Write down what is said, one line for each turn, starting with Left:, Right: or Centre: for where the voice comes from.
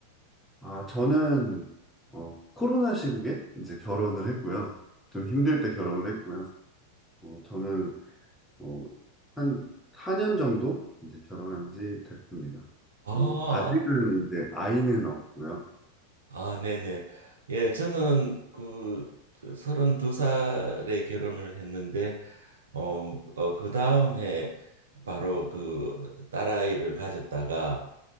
Centre: 아, 저는 어, 코로나 시국에 이제 결혼을 했고요. 좀 힘들 때 결혼을 했고요. 어, 저는 어, 한 4년 정도 이제 결혼한 지 됐습니다.
Right: 아,
Centre: 그리고 아직은 이제 아이는 없고요.
Right: 아, 네네. 예, 저는 그 32살에 결혼을 했는데, 어, 뭐, 어, 그 다음 해 바로 그 딸아이를 가졌다가